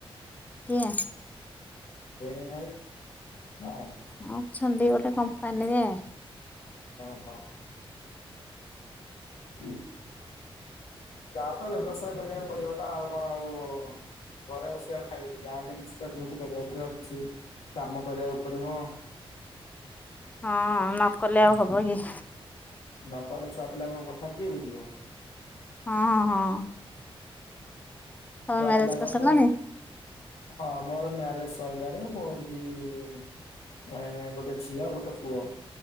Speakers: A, on the left; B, on the left.
A: କିଏ?
B: ଭିଣେଇ ଭାଇ। ହଁ
A: ହଁ ଅଛନ୍ତି ଗୋଟେ କମ୍ପାନୀରେ।
B: ଓ ହୋ। ଯାହା ତ ବ୍ୟବସାୟ କରିବାକୁ ପଡିବ ନା ଆଉ କଣ ଆଉ। ଘରେ ବସି ଆଉ ଖାଇବେ କି ଯାହାଲେ ବି କିଛି ତ ଡିଉଟି କରିବାକୁ ପଡିବ ଆଉ କିଛି। କାମ କରିବାକୁ ପଡିବ।
A: <inaudible> ହଁ ନକଲେ ଆଉ ହବ କି?
B: ନକଲେ ଛୁଆ ପିଲାଙ୍କ କଥା କିଏ ବୁଝିବ?
A: ହଁ ହଁ। ତମେ
B: ଛୁଆ
A: ମ୍ୟାରେଜ
B: ପିଲାଙ୍କର
A: କରି ସାରିଲଣି?
B: ତ ହଁ ମୋର ମ୍ୟାରେଜ ସଇଲାଣି ମୋର ବି। ଏ ଗୋଟେ ଝିଅ ଗୋଟେ ପୁଅ